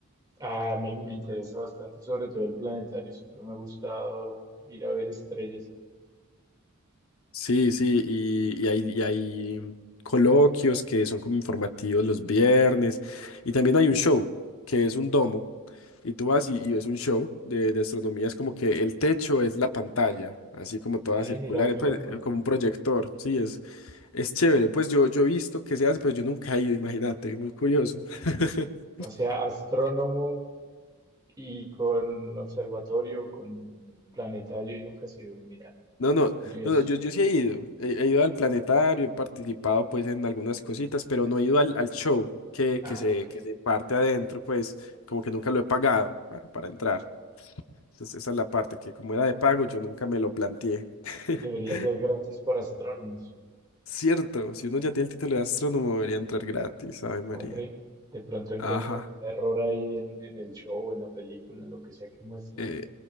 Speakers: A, on the right; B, on the left.
A: Ah, me, me interesa bastante, sobre todo el planetario. Siempre me ha gustado ir a ver estrellas.
B: Sí, sí, y, y hay, y hay coloquios que son como informativos los viernes. Y también hay un show que es un domo. Y tú vas y, y ves un show de, de astronomía. Es como que el techo es la pantalla, así como toda
A: Ve,
B: circular,
A: mira qué
B: eh, pues,
A: bueno.
B: eh, como un proyector. Sí, es, es chévere. Pues yo, yo he visto que se hace, pero yo nunca he ido, imagínate, muy curioso. <laughs>
A: O sea, astrónomo Y con observatorio, con planetario y nunca ha sido, mira,
B: No, no,
A: curioso.
B: no, no, yo, yo sí he ido, he, he ido al planetario, he participado pues en algunas cositas, pero no he ido al, al show que,
A: Ah,
B: que se,
A: ok.
B: que se parte adentro, pues como que nunca lo he pagado para, para entrar. Entonces esa es la parte que como era de pago yo nunca me lo planteé. <laughs>
A: Debería ser gratis para astrónomos.
B: Cierto, si uno ya tiene el título de astrónomo debería entrar gratis, ¿sabe María?
A: Hombre, de pronto encuentran
B: Ajá,
A: algún error ahí en, en el show, en la película, en lo que sea que muestren.
B: eh,